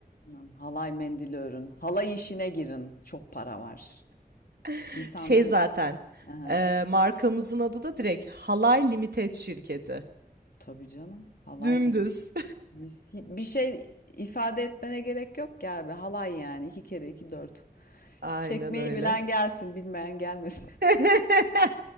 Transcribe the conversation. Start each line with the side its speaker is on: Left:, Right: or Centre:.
Left: Lan halay mendili örün. Halay işine girin. Çok para var.
Right: <laughs>
Left: İnsanların...
Right: Şey zaten,
Left: Aha,
Right: e, markamızın adı da direkt Halay Limited şirketi.
Left: tabii canım. Halay
Right: Dümdüz.
Left: limiti. Mis- Bir şey ifade etmene gerek yok ki abi. Halay yani. iki kere iki dört.
Right: <laughs> Aynen
Left: Çekmeyi
Right: öyle.
Left: bilen gelsin, bilmeyen gelmesin.
Right: <laughs>